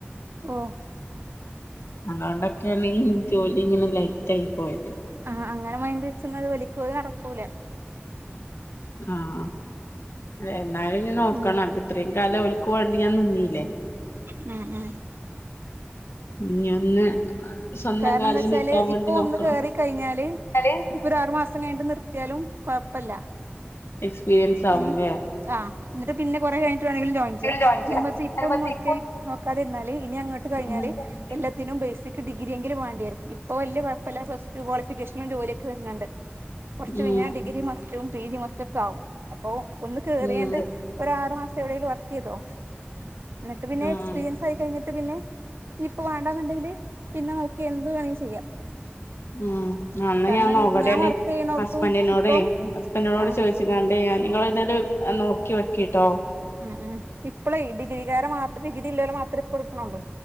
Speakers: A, on the right; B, on the left.
A: ഓഹ്
B: അതുകൊണ്ടൊക്കെയാണ് ജോലി ഇങ്ങനെ ലൈറ്റ് ആയി പോയത്.
A: ആഹ് അങ്ങനെ മയന് വച്ചും അത് വലിക്ക അല നടക്കൂല്ല.
B: ആഹ എന്നാലും ഇ നോക്കണം.
A: ഉം
B: ഇത്രയും കാലം ഓലക്കുവേണ്ടി ഞാൻ നിന്ദില്ലേ.
A: ഉം ഉം
B: ഇനി ഒന്ന് സ്വന്തം
A: കാരണം
B: കാലിൽ
A: എന്താ വച്ചാല്
B: നിക്കാൻ വേണ്ടി
A: ഇപ്പൊ
B: നോക്കണം
A: ഒന്ന് കേറി കഴിഞ്ഞാല്
B: ന്നാല്
A: ഇപ്പൊ ഒരു ആറുമാസം കഴിഞ്ഞട്ട് നി എത്തിയാലും കൊഴപ്പല്ല
B: എക്സ്പീരിയൻസ് ആവുംല്ലേ
A: ഉം. ആ എന്നിട്ട് പിന്നെ കുറേ കഴിഞ്ഞിട്ട് വീണെങ്കിലും ജോ.
B: ഇതില്
A: ജ്യാ
B: ജോയിൻ
A: നേരെ
B: ചെയ്യാ
A: മറിച്ച് ഇപ്പൊ ഒന്നും നോക്കി നോക്കാതിരുന്നാല് ഇനി അങ്ങോട്ട് കഴിഞ്ഞാല്.
B: ഉം
A: എല്ലാത്തിനും ബേസിക് ഡിഗ്രിയെങ്കിലും വേണ്ടിവെരും. ഇപ്പ വെല്യാ കൊഴപ്പമില്ല. Plus two ക്വളിഫിക്കേഷനിൽ ജോലിക്കെ വെരണൊണ്ട്. കൊറെച്ച്
B: ഉം
A: കഴിഞ്ഞാൽ ഡിഗ്രി മസ്റ്റും പി ജി മസ്റ്റൊക്കെ ആകും. അപ്പൊ ഒന്ന് കേറിയോണ്ട്.
B: ഉം
A: ഒരാറു മാസം എവിടെലും വർക്ക് ചെയ്തോ. എന്നിട്ട് പിന്നെ
B: ആഹ്
A: എക്സ്പീരിയൻസ് ആയി കഴിഞ്ഞിട്ട് പിന്നെ. ഇപ്പൊ വേണ്ടാന്നുണ്ടെങ്കില് പിന്നെ നോക്കി എന്ത് വേണേലും ചെയ്യാം.
B: ഉം അന്ന്
A: കാരണം
B: ഞാൻ നോക്കട്ടെന്നെ.
A: വർക്ക് ചെയ്യണോടത്തും
B: ഹസ്ബൻഡിനോടേ
A: ഇപ്പൊ
B: ഹസ്ബൻഡിനോട്
A: ആഹ്
B: ചോയ്ച്ച് ച്ച് കണ്ട് കഴിഞ്ഞാ നിങ്ങെള് ഇന്നോട് നോക്കി വെക്ക്ട്ടോ.
A: ഉം ഉം ഇപ്പളേ ഡിഗ്രീകാരെ മാത്രം. ഡിഗ്രി ഇല്ലേല മാത്രേയിപ്പ എടുക്കണള്ളൂ.